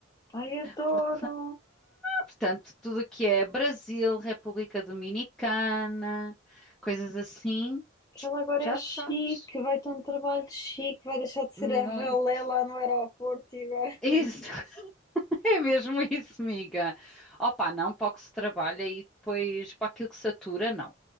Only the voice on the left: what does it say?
Ai, adoro.
que ela agora
é chique,
vai ter um trabalho chique, vai deixar de ser
a ralé lá no aeroporto e agora.
<laughs>